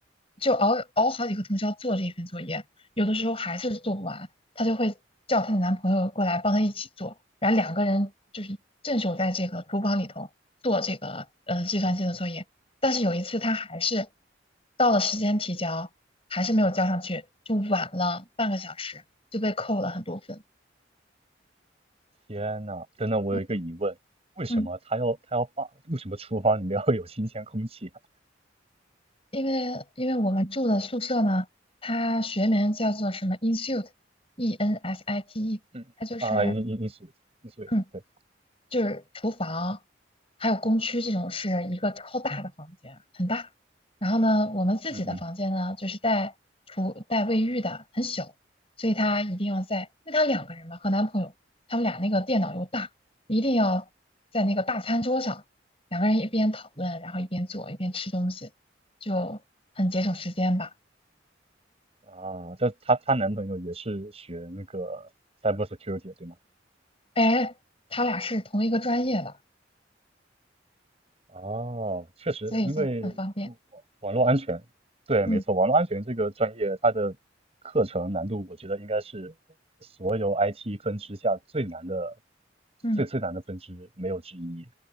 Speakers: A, on the left; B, on the right.
A: 就熬熬好几个通宵做这一份作业。有的时候还是做不完，她就会叫她的男朋友过来帮她一起做，然后两个人就是镇守在这个厨房里头做这个呃计算机的作业。但是有一次她还是到了时间提交，还是没有交上去，就晚了半个小时，就被扣了很多分。
B: 天呐，真的，我有一个疑问，
A: 嗯，
B: 为什么他要他要把为什么厨房里面会有新鲜空气啊
A: 嗯，因为因为我们住的宿舍呢，它学名叫做什么 Insite，E N S I T E，
B: 嗯啊，
A: 它就是
B: 因因因属于你属于对，
A: 嗯就是厨房，还有工区这种是一个超大的房间，很大。然后呢，我们自己的房间呢，
B: 嗯嗯。
A: 就是带厨带卫浴的，很小，所以她一定要在，因为她两个人嘛，和男朋友，他们俩那个电脑又大，一定要在那个大餐桌上，两个人一边讨论，然后一边做，一边吃东西，就很节省时间吧。
B: 啊，这她她男朋友也是学那个 cyber security 的，对吗？
A: 哎，他俩是同一个专业的，
B: 哦，确实，
A: 所以就很方便。
B: 因为网络安全，对，
A: 嗯，
B: 没错，网络安全这个专业它的课程难度，我觉得应该是所有 IT 分支下最难的、
A: 嗯，
B: 最最难的分支，没有之一。